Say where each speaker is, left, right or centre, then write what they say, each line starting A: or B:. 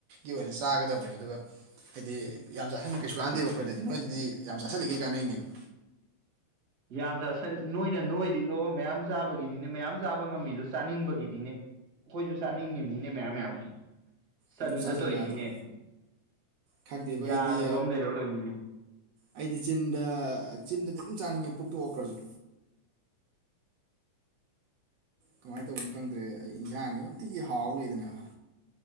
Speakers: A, on the right (about 75°); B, on the right (about 40°).
A: ꯑꯣꯏꯅ ꯆꯥꯒꯗꯕꯅꯦꯕ ꯑꯗꯨꯒ ꯍꯥꯏꯗꯤ ꯌꯥꯝ ꯆꯥꯁꯟꯕ ꯀꯩꯁꯨ ꯀꯥꯟꯅꯗꯦꯕ ꯑꯩꯈꯣꯏꯗꯗꯤ ꯅꯣꯏꯗꯗꯤ ꯌꯥꯝ ꯆꯥꯥꯁꯜꯂꯤꯒꯦ ꯀꯥꯟꯅꯩꯅꯦꯕ
B: ꯌꯥꯝ ꯆ ꯅꯣꯏꯅ ꯅꯣꯏꯔꯤꯗꯣ ꯃꯌꯥꯝ ꯆꯥꯕꯒꯤꯅꯤꯅꯦ ꯃꯌꯥꯝ ꯆꯥꯕ ꯉꯝꯃꯤꯗꯣ ꯆꯥꯅꯤꯡꯕꯒꯤꯅꯤꯅꯦ ꯑꯩꯈꯣꯏꯁꯨ ꯆꯥꯅꯤꯡꯉꯤꯕꯅꯤꯅꯦ ꯃꯌꯥꯝ ꯃꯌꯥꯝ ꯆꯟꯗ
A: ꯑꯗꯨ ꯆꯥꯥꯁꯜꯂꯨ
B: ꯇꯧꯔꯤꯅꯤꯅꯦ
A: ꯌꯥꯗ꯭ꯔꯣ ꯈꯪꯗꯦꯕ
B: ꯌꯥꯗꯕ
A: ꯑꯩꯗꯤ
B: ꯑꯃ ꯂꯩꯔꯛꯇꯣꯏꯅꯤꯅꯦ
A: ꯑꯩꯗꯤ ꯆꯤꯟꯗ ꯆꯤꯟꯗꯗꯤ ꯑꯗꯨꯝ ꯆꯥꯅꯤꯡꯉꯦ ꯄꯨꯛꯇꯣꯛꯑꯈ꯭ꯔꯁꯨ ꯀꯃꯥꯏꯅ ꯇꯧꯕꯅꯣ ꯈꯪꯗ꯭ꯔꯦ ꯏꯟꯁꯥꯡꯒꯤ ꯅꯨꯡꯇꯤꯒꯤ ꯍꯥꯎ ꯂꯩꯗꯅꯀ